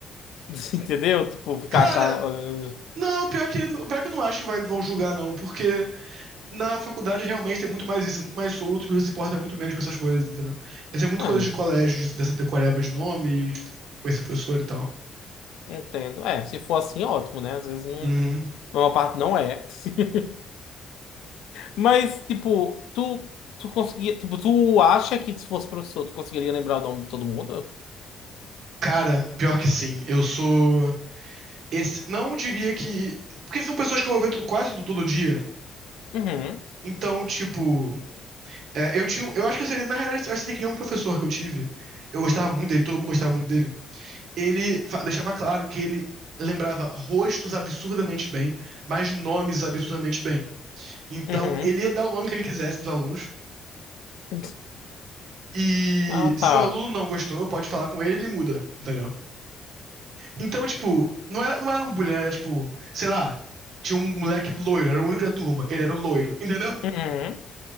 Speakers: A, on the left (about 85°); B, on the right (about 70°).
A: <laughs> Entendeu? Tipo, ficar
B: Cara,
A: achando.
B: não, pior que, pior que eu não acho que vai, vão julgar, não, porque na faculdade realmente tem muito mais isso, é muito mais solto, você se importa muito menos com essas coisas, entendeu? Essa é muito
A: Ah,
B: coisa
A: não
B: de colégio, de- dessa decoreba de nome, e, tipo, com esse professor e tal.
A: entendo. É, se for assim, ótimo, né? Às vezes não.
B: Uhum.
A: uma parte não é. <laughs> Mas, tipo, tu, tu conseguia. Tipo, tu acha que se fosse professor, tu conseguiria lembrar o nome de todo mundo?
B: Cara, pior que sim, eu sou. Esse, não diria que. Porque são pessoas que eu vou ver tu- quase todo, todo dia.
A: Uhum.
B: Então, tipo, é, eu tinha. um- Eu acho que eu seria, na realidade, eu acho que ele queria um professor que eu tive. Eu gostava muito dele, todo mundo gostava muito dele. Ele fa- deixava claro que ele lembrava rostos absurdamente bem, mas nomes absurdamente bem. Então,
A: Uhum.
B: ele ia dar o nome que ele quisesse pros alunos.
A: <laughs>
B: E
A: Ah,
B: se
A: tá.
B: o aluno não gostou, pode falar com ele, ele muda, entendeu? Então, tipo, não era, não era um bullying, né? era tipo, sei lá, tinha um moleque loiro, era o único da turma, ele era loiro, entendeu?
A: Uhum.